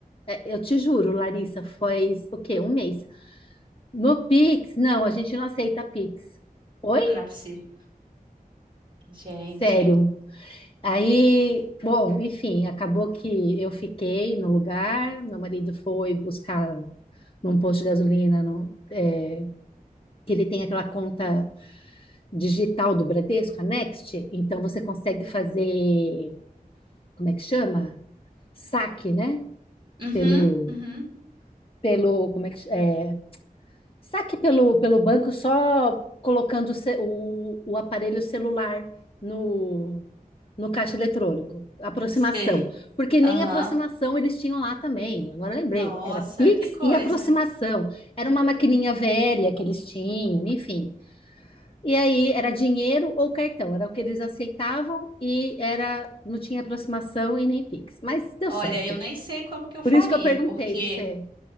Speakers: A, on the left; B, on the right.
A: É, Eu te juro, Larissa, foi o quê? Um mês. No Pix, não, a gente não aceita Pix. Oi?
B: Não é possível. Gente.
A: Sério. Aí, bom, enfim, acabou que eu fiquei no lugar, meu marido foi buscar num posto de gasolina, no- é, que ele tem aquela conta digital do Bradesco, a Next, então você consegue fazer, como é que chama? Saque, né?
B: Uhum,
A: Pelo,
B: uhum.
A: pelo, como é que, ch- é, Saque pelo, pelo banco só colocando o, ce- o, o aparelho celular no, no caixa eletrônico. Aproximação.
B: Sei.
A: Porque nem
B: Aham.
A: aproximação eles tinham lá também. Agora eu lembrei,
B: Nossa,
A: era Pix
B: que coisa.
A: e aproximação. Era uma maquininha velha que eles tinham, enfim. E aí era dinheiro ou cartão, era o que eles aceitavam e era não tinha aproximação e nem Pix. Mas deu
B: Olha,
A: certo.
B: eu nem sei como que eu
A: Por
B: faria,
A: isso que eu perguntei
B: porque
A: para você.